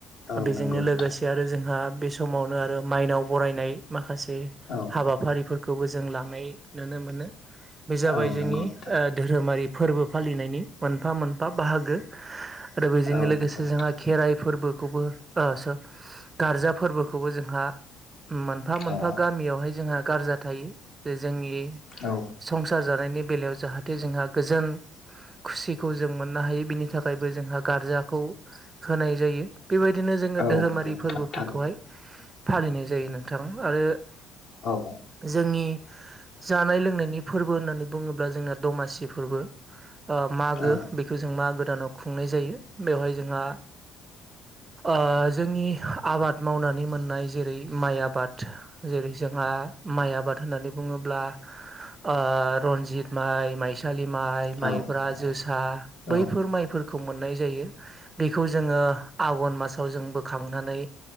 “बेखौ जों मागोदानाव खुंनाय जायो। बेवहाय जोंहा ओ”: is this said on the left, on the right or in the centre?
Right